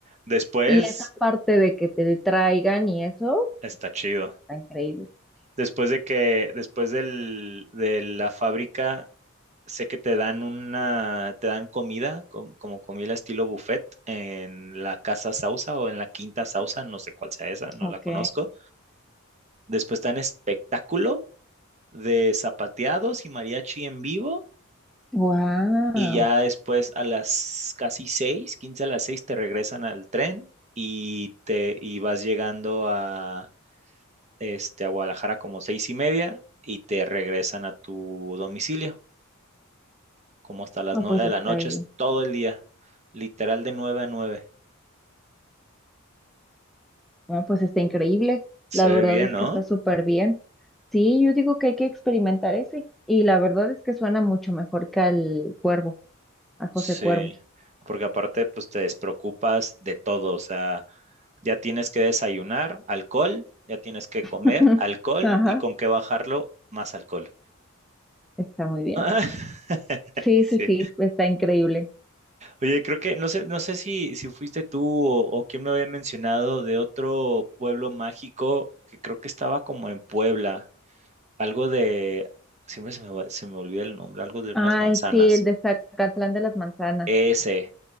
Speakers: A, on the right; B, in the centre.
A: Después
B: Y esa parte de que te detraigan y eso,
A: está chido.
B: está increíble.
A: Después de que, después del, de la fábrica sé que te dan una, te dan comida, com- como comida estilo buffet, en la Casa Sausa o en la Quinta Sausa, no sé cuál sea esa, no
B: Ok.
A: la conozco. Después te dan espectáculo de zapateados y mariachi en vivo.
B: Wow.
A: Y ya después a las casi seis, 15 a las seis, te regresan al tren y te y vas llegando a, este, a Guadalajara como seis y media y te regresan a tu domicilio. como hasta las
B: No,
A: nueve
B: pues
A: de
B: está
A: la noche,
B: bien.
A: es todo el día, literal de nueve a nueve.
B: No, pues está increíble.
A: Se
B: La verdad
A: ve bien,
B: es
A: ¿no?
B: que está súper bien. Sí, yo digo que hay que experimentar ese. Y la verdad es que suena mucho mejor que al Cuervo, a José
A: Sí,
B: Cuervo.
A: porque aparte, pues te despreocupas de todo, o sea, ya tienes que desayunar, alcohol, ya tienes que comer,
B: <laughs>
A: alcohol,
B: Ajá.
A: y con qué bajarlo, más alcohol.
B: Está muy bien.
A: <laughs>
B: Sí,
A: Sí.
B: sí, sí, está increíble.
A: Oye, creo que no sé, no sé si, si fuiste tú o, o quién me había mencionado de otro pueblo mágico que creo que estaba como en Puebla. Algo de, siempre se me, va- se me olvida el nombre, algo de
B: Ay,
A: unas manzanas.
B: sí, el de Zacatlán de las Manzanas.
A: Ese,